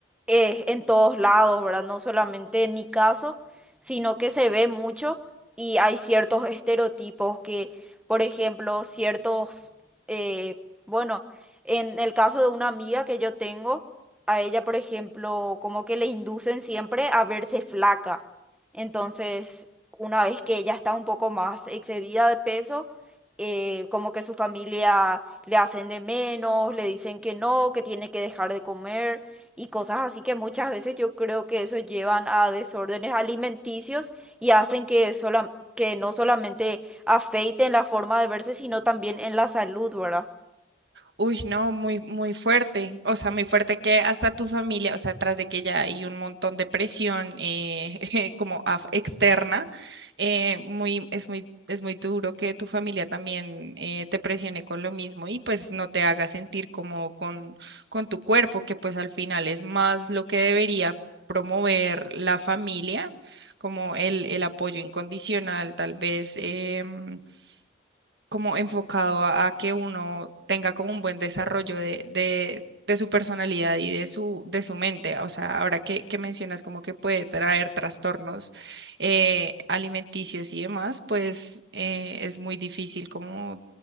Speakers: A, in the centre; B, on the right.
A: es en todos lados, ¿verdad? No solamente en mi caso, sino que se ve mucho y hay ciertos estereotipos que, por ejemplo, ciertos, eh, bueno, en el caso de una amiga que yo tengo, a ella, por ejemplo, como que le inducen siempre a verse flaca. Entonces, una vez que ella está un poco más excedida de peso, eh, como que su familia le hacen de menos, le dicen que no, que tiene que dejar de comer y cosas así que muchas veces yo creo que eso llevan a desórdenes alimenticios y hacen que sola- que no solamente afeiten la forma de verse, sino también en la salud, ¿verdad?
B: Uy, no, muy, muy fuerte. O sea, muy fuerte que hasta tu familia, o sea, tras de que ya hay un montón de presión eh, <laughs> como af- externa, eh, muy, es muy, es muy duro que tu familia también eh, te presione con lo mismo y pues no te haga sentir como con, con tu cuerpo, que pues al final es más lo que debería promover la familia, como el, el apoyo incondicional, tal vez. em, como enfocado a, a que uno tenga como un buen desarrollo de, de, de su personalidad y de su, de su mente. O sea, ahora que, que mencionas como que puede traer trastornos eh, alimenticios y demás, pues eh, es muy difícil como